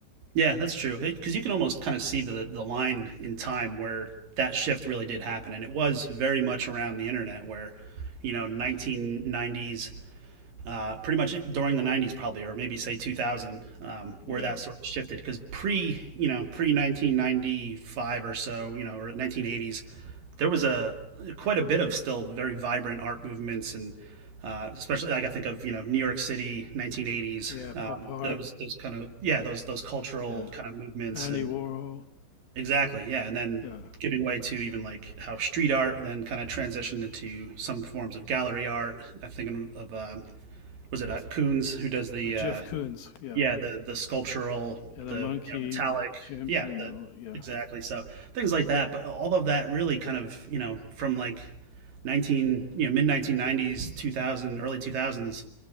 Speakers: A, on the right (about 55°); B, on the left (about 65°).
A: Yeah, that's true. Because you can almost kind of see the the line in time where that shift really did happen, and it was very much around the internet, where you know 1990s uh, pretty much during the 90s probably or maybe say 2000 um,
B: Yeah.
A: where that sort of shifted because pre you know pre 1995 or so you know or 1980s there was a quite a bit of still very vibrant art movements and uh, especially like I think of you know New York City 1980s
B: Yeah.
A: um,
B: Pop art.
A: those those kind of yeah those those cultural
B: Yeah.
A: kind of movements
B: Andy
A: and
B: Warhol.
A: exactly yeah and then
B: Yeah.
A: giving way to even like how street art then kind of transitioned into some forms of gallery art I'm thinking of um, was it uh, Coons who does the
B: Uh, Jeff
A: uh,
B: Koons. Yeah.
A: yeah the the sculptural
B: And a
A: the
B: monkey,
A: you know, metallic
B: chimp,
A: yeah
B: and
A: the
B: all. Yeah.
A: exactly so things like that but all of that really kind of you know from like 19 you know mid 1990s 2000 early 2000s